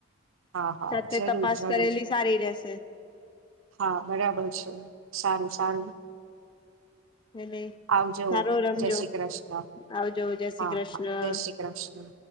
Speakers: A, on the right; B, on the left.
A: હા હા
B: સાથે
A: જરૂર
B: તપાસ
A: જરૂર
B: કરેલી સારી રેશે
A: હા બરાબર છે, સારું સારું
B: એ નઈ
A: આવજો
B: સારો રમજો
A: જય શ્રી કૃષ્ણ
B: આવજો જય શ્રી
A: હા
B: કૃષ્ણ
A: જય શ્રી કૃષ્ણ